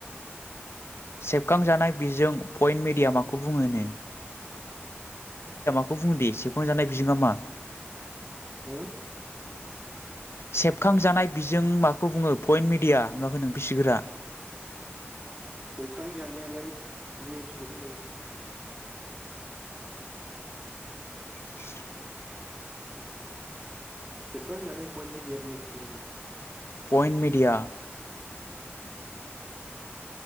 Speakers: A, on the left; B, on the right.
A: सेबखांजानाय बिजों पइन्ट मेडिया माखौ बुङोनो? बेखौ बुंङोदे सेबफखांजानाय बिजोङा मा?
B: हो?
A: सेबखांजानाय बिजों माखौ बुङो पइन्ट मिडिया नुवाखै नों बिसिगोरा।
B: सेबखांजानायालाय निउसखौ होनो।
A: <inaudible>
B: सेबखांजानाय पइन्ट मिडिया निउसखौ होनो।
A: पइन्ट मिडिया